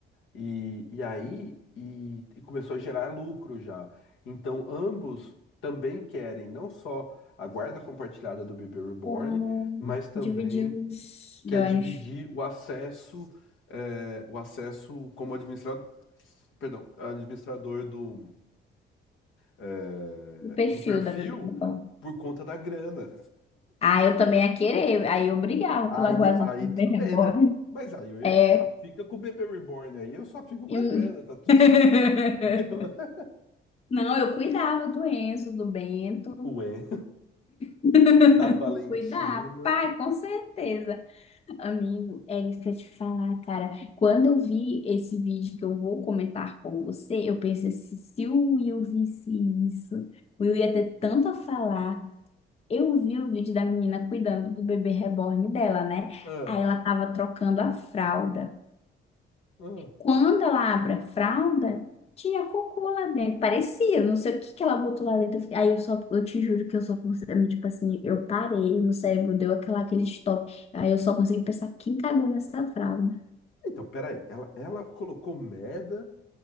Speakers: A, on the left (about 75°); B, on the left (about 30°).
A: E, e aí e, e começou a gerar lucro já. Então ambos também querem não só a guarda compartilhada do bebê reborn,
B: como
A: mas também
B: dividir os
A: quer
B: ganhos
A: dividir o acesso, eh, o acesso como administrador, perdão, administrador do, eh,
B: do perfil
A: do perfil
B: da bebê reborn.
A: por conta da grana.
B: Ah, eu também ia querer. Aí eu brigava
A: Aí,
B: pela guarda
A: aí
B: do
A: tudo
B: bebê
A: bem,
B: reborn.
A: né? Mas aí eu ia
B: É.
A: falar assim, ó, fica com o bebê reborn aí, eu só fico
B: e-
A: com a grana, tá tudo
B: <laughs>
A: certo. <laughs>
B: Não, eu cuidava do Enzo, do Bento.
A: O En
B: <laughs>
A: da Valentina.
B: Cuidar, pai, com certeza. Amigo, é isso que eu te falar, cara. Quando eu vi esse vídeo que eu vou comentar com você, eu pensei assim, se o Will visse isso, o Will ia ter tanto a falar. Eu vi o vídeo da menina cuidando do bebê reborn dela, né?
A: Ah,
B: Aí ela tava trocando a fralda.
A: ah.
B: Quando ela abre a fralda, tinha cocô lá dentro. Parecia, não sei o que que ela botou lá dentro. Eu fiquei- Aí eu só, eu te juro que eu só consegui, tipo assim, eu parei, meu cérebro deu aquela, aquele stop. Aí eu só consegui pensar, quem cagou nessa fralda?
A: Então, peraí, ela, ela colocou merda